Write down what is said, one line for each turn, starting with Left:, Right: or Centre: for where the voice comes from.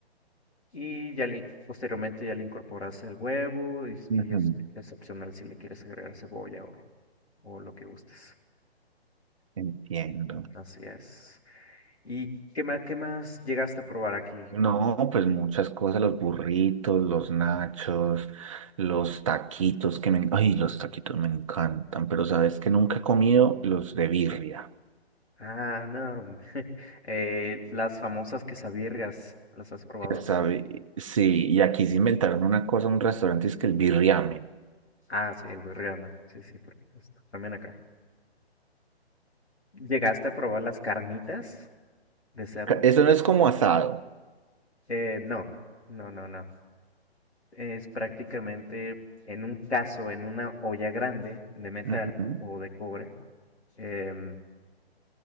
Left: Y ya le, posteriormente ya le incorporas el huevo y, s-
Right: Ujú.
Left: y es, es opcional si le quieres agregar cebolla o, o lo que gustes.
Right: Entiendo.
Left: Así es. ¿Y qué más, qué más llegaste a probar aquí?
Right: No, pues muchas cosas, los burritos, los nachos, los taquitos que me... Ay, los taquitos me encantan, pero sabes que nunca he comido los de birria.
Left: Ah, no. <laughs> eh, las famosas quesabirrias, ¿las has probado?
Right: que sabe- Sí, y aquí se inventaron una cosa, un restaurante, es que el birriame.
Left: Ah, sí, el birriame. Sí, sí, por supuesto. También acá. ¿Llegaste a probar las carnitas de cerdo?
Right: Ca- Eso no es como asado.
Left: Eh, no, no, no, no. es prácticamente en un caso, en una olla grande de metal
Right: Ujú,
Left: o de cobre. em,